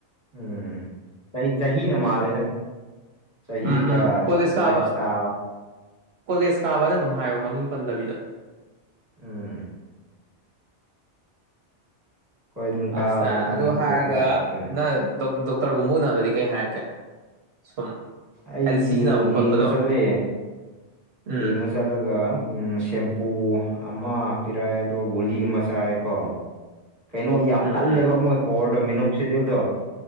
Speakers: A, on the right; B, on the right.
A: ꯎꯝ ꯆꯍꯤ ꯆꯍꯤꯅ ꯃꯥꯜꯂꯦꯗ ꯆꯍꯤꯍꯤꯒ
B: ꯎꯝ ꯎꯝ ꯀꯣꯂꯦꯖ ꯀꯥꯕ
A: ꯂꯥꯏꯐ ꯏꯁꯇ
B: ꯀꯣꯂꯦꯖ ꯀꯥꯕꯅ ꯑꯗꯨꯝ ꯍꯥꯏꯌꯣ ꯃꯃꯤꯡ ꯄꯟꯗꯕꯤꯗ
A: ꯎꯝ ꯍꯣꯏ ꯑꯗꯨꯝ ꯀꯥꯕꯗ
B: ꯑꯠꯇ
A: ꯑꯗꯨꯝ
B: ꯑꯗꯨ
A: ꯑꯗꯨꯗꯤ
B: ꯍꯥꯏꯒ
A: ꯍꯧꯔꯛꯄꯅꯦ
B: ꯏ ꯇꯧꯔꯒꯨꯝꯕ ꯎꯅꯕꯗꯗꯤ ꯀꯩ ꯍꯥꯏꯔꯛꯀꯦ ꯁꯨꯝ
A: ꯑꯩ
B: ꯍꯥꯏꯗꯤ ꯁꯤꯖꯤꯟꯅꯕ
A: ꯌꯦꯡ
B: ꯈꯣꯠꯄꯗꯣ
A: ꯌꯦꯡꯕ ꯆꯠꯂꯦ
B: ꯎꯝ
A: ꯌꯦꯡꯕ ꯆꯠꯂꯒ ꯎ ꯁꯦꯝꯄꯨ ꯑꯃ ꯄꯤꯔꯛꯑꯦ ꯑꯗꯨꯒ ꯒꯨꯂꯤ ꯑꯃ ꯆꯥꯏ ꯀꯣ ꯀꯩꯅꯣ ꯌꯥꯝ
B: ꯎꯝ
A: ꯀꯜꯂꯦꯕ
B: ꯎꯝ
A: ꯃꯣꯏ ꯄꯋꯥꯔꯗꯣ ꯃꯤꯅꯣꯛ ꯁꯦꯗꯨꯜꯗꯣ